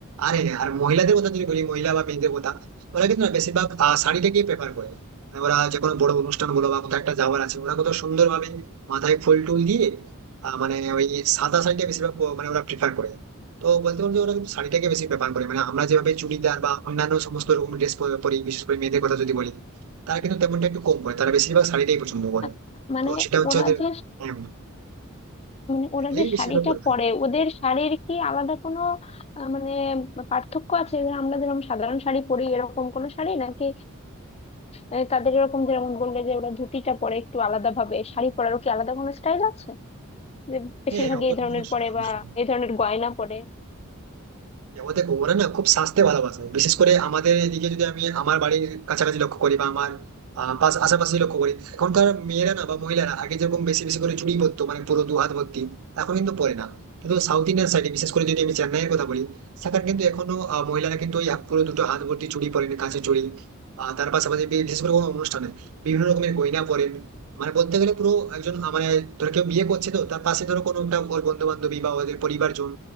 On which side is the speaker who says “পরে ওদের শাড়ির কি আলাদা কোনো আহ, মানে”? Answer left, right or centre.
Left